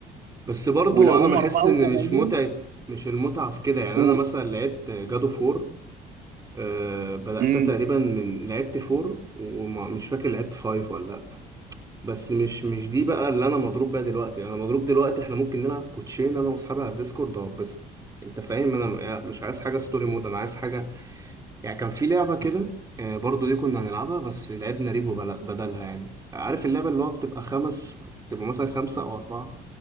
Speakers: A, on the right (about 20°); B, on the right (about 60°).
A: بس برضو
B: ولو
A: انا
B: هم
A: بحس
B: 84
A: ان مش متعة مش المتعة في كده يعني
B: قول
A: انا مثلا لعبت جادو فور أه بدأت
B: امم
A: تقريبا من لعبت فور ومش فاكر لعبت فايف ولا لا بس مش مش دي بقى اللي انا مضروب بيها دلوقتي يعني انا مضروب دلوقتي احنا ممكن نلعب كوتشين انا واصحابي على الديسكورد وهبسط انت فاهم انا يعني مش عايز حاجة ستوري مود انا عايز حاجة يعني كان في لعبة كده أه برضو دي كنا هنلعبها بس لعبنا ريبو بل- بدلها يعني عارف اللعبة اللي هو بتبقى خمس بتبقى مثلا خمسة او اربعة